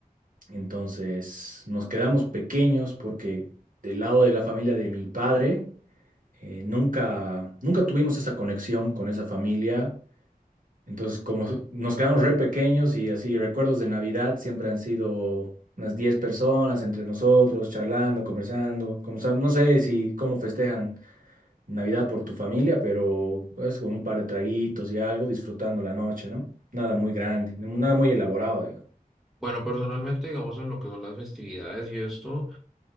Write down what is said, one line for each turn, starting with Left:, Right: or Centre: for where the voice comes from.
Right: entonces nos quedamos pequeños porque del lado de la familia de mi padre eh, nunca, nunca tuvimos esa conexión con esa familia, entonces como <laughs> nos quedamos re pequeños y así recuerdos de Navidad siempre han sido unas 10 personas entre nosotros, charlando, conversando, como, sa- no sé si cómo festejan Navidad por tu familia, pero es con un par de traguitos y algo, disfrutando la noche, ¿no? Nada muy grande, no- nada muy elaborado, digo.
Centre: Bueno, personalmente, digamos, en lo que son las festividades y esto.